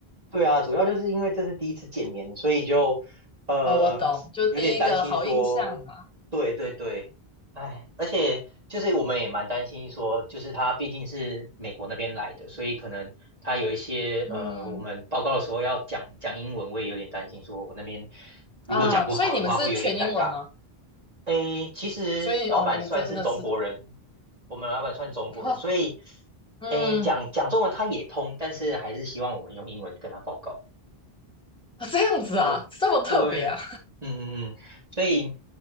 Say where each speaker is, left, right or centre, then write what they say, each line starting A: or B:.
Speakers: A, on the right; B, in the centre.
A: 对啊，主要就是因为这是第一次见面，所以就呃有点担心说，
B: 哦，我懂，就第一个好印象嘛。
A: 对对对，哎，而且就是我们也蛮担心说，就是他毕竟是美国那边来的，所以可能他有一些呃，
B: 嗯
A: 我们报告的时候要讲讲英文，我也有点担心说我那边如果讲不好的话会有点尴尬。
B: 啊，所以你们是全英文吗？
A: 诶，其实老板算是中国人，
B: 所以哦，你们真的是，
A: 我们老板算中国人，
B: 哦，
A: 所以
B: 嗯，
A: 诶讲讲中文他也通，但是还是希望我们用英文跟他报告。
B: 啊这样子啊，
A: 对对，
B: 这么特别啊。
A: 嗯嗯嗯，所以，